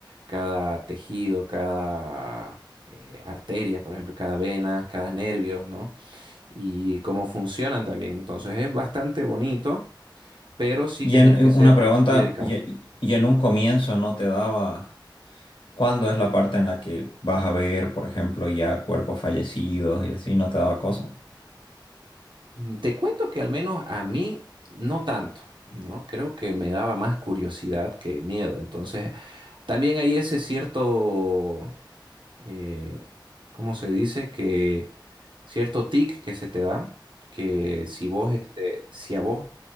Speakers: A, on the right; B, on the left.
A: cada tejido, cada eh, arteria, por ejemplo, cada vena, cada nervio, ¿no? Y cómo funcionan también. Entonces es bastante bonito pero sí
B: Y
A: tenés
B: en en
A: que ser
B: una pregunta,
A: muy dedicado.
B: y, y en un comienzo no te daba, ¿cuándo es la parte en la que vas a ver, por ejemplo, ya cuerpos fallecidos y así no te daba cosa?
A: Mm, Te cuento que al menos a mí no tanto, ¿no? Creo que me daba más curiosidad que miedo. Entonces, también hay ese cierto, eh, ¿cómo se dice? Que cierto tic que se te da, que si vos, este, si a vos